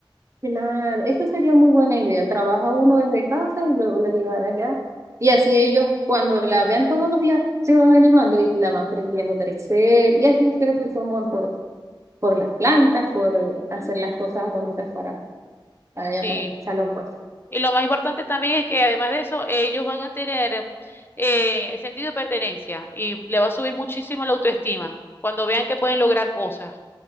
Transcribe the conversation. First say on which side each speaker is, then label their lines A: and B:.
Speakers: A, on the right (about 35°); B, on the left (about 25°).
A: Claro, esa sería muy buena idea. Trabaja uno desde casa y luego la llevará allá. Y así ellos, cuando la vean todos los días, se van animando y la van cre- viendo crecer. Y así crece su amor por, por las plantas, por eh,
B: Ujú,
A: hacer las cosas bonitas para, para
B: Sí.
A: allá, para el salón, pues.
B: Y lo más importante también es que además de eso, ellos van a tener eh, sentido de pertenencia y le va a subir muchísimo la autoestima cuando vean que pueden lograr cosas.